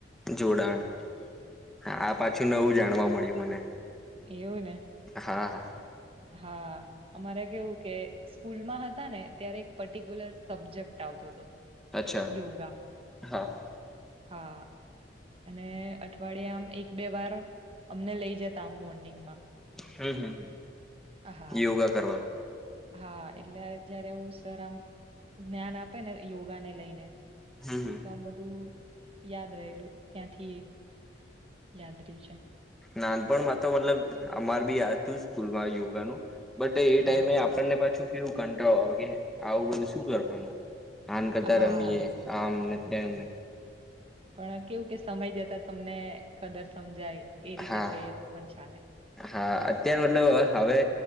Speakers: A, in the centre; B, on the right (about 35°).
A: જોડાણ હા આ પાછું નવું જાણવા મળ્યું મને
B: એવું ને
A: હા હા
B: હા અમારે કેવું કે સ્કૂલમાં હતા ને ત્યારે એક પર્ટિક્યુલર સબ્જેક્ટ આવતો હતો.
A: અચ્છા
B: યોગા
A: હા હ
B: હા અને અઠવાડિયામ એક બે વાર અમને લઈ જતા તા મોર્નિંગમાં
A: હમ હમ
B: હા
A: યોગા કરવા
B: હા એટલે જયારે એ સર આમ જ્ઞાન આપે ને યોગાને લઈને
A: હમ હમ
B: તો આમ બધું યાદ રહેલું ત્યાંથી યાદ રહ્યું છે.
A: નાનપણમાં તો મતલબ અમાર બી હતું સ્કૂલમાં યોગાનું બટ એ ટાઈમે
B: હા
A: આપણને પાછું કેવું કંટાળો આવે કે આવું બધું શું કરવું આન કરતા
B: હા
A: રમીએ આમ ને તેમ‌ને
B: પણ કેવું કે સમય જતા તમને કદર સમજાય એ રીતે
A: હા
B: કહીએ તો પણ ચાલે
A: હા અત્ય્યારે મતલબ હવે